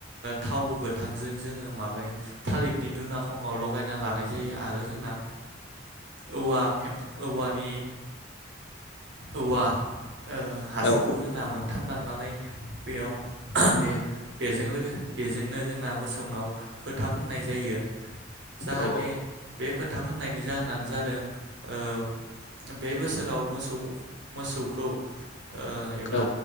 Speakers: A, on the right; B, on the left.
A: थाव गोथांजों जोङो माबायाव थालिरनि दुना खङाव लगायना लानाय जायो आरो जोंना ओ औ खेम औवानि औवा ओ हासुंखौ
B: औ
A: जोंना मोन खाम दाननानै बेयाव बियो बेजों बेजोंनो जोंना मोसौनाव फोथाब होननाय जायो जाहाथे
B: औ
A: बे फोथाब फोननायनि जाहोनानो जादों दों ओ बे बोसोराव मोसौ मोसौखौ ओ एबा
B: औ